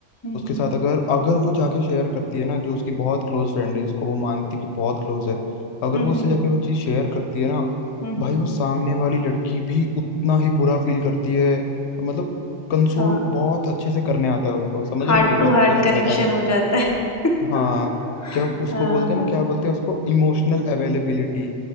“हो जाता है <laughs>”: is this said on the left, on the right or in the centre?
Left